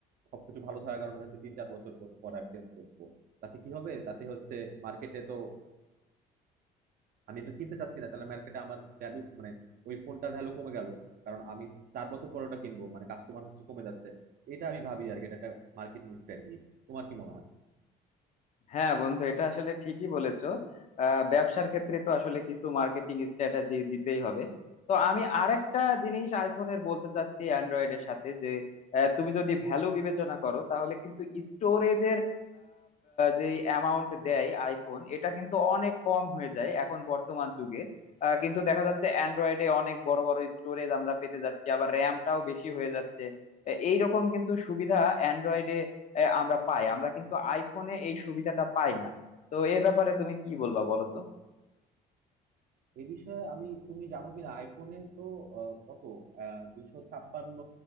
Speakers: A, on the right; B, on the left.
A: সবকিছু ভালো থাকার কারণে হয়তো তিন চার বছর পর পর আমি চেঞ্জ করবো তাতে কি হবে তাতে হচ্ছে মার্কেটে তো আমি এটা কিনতে চাচ্ছি না তাহলে মার্কেটে আমার ভ্যালু মানে ওই ফোনটার ভ্যালু কমে গেল কারণ আমি চার বছর পরে ওটা কিনবো মানে কাস্টমার হচ্ছে কমে যাচ্ছে এটা আমি ভাবি আর কি এটা একটা মার্কেটিং স্ট্র্যাটেজি তোমার কি মনে হয়
B: হ্যাঁ বন্ধু এটা আসলে ঠিকই বলেছো আহ, ব্যবসার ক্ষেত্রে তো আসলে কিছু মার্কেটিং স্ট্র্যাটেজি দিতেই হবে তো আমি আরেকটা জিনিস আইফোনের বলতে চাচ্ছি অ্যান্ড্রয়েড এর সাথে যে আহ, তুমি যদি ভ্যালু বিবেচনা করো তাহলে কিন্তু স্টোরেজের যে অ্যামাউন্ট দেয় আইফোন এটা কিন্তু অনেক কম হয়ে যায় এখন বর্তমান যুগে আহ, কিন্তু দেখা যাচ্ছে অ্যান্ড্রয়েডে অনেক বড় বড় স্টোরেজ আমরা পেতে যাচ্ছি আবার র্যামটাও বেশি হয়ে যাচ্ছে এ- এইরকম কিন্তু সুবিধা অ্যান্ড্রয়েডে এ, আমরা পাই আমরা কিন্তু আইফোনে এই সুবিধাটা পাই না তো এই ব্যাপারে তুমি কি বলবা বলো তো
A: এই বিষয়ে আমি তুমি জানো কিনা আইফোনে তো আহ, কত আহ দুশো ছাপ্পান্ন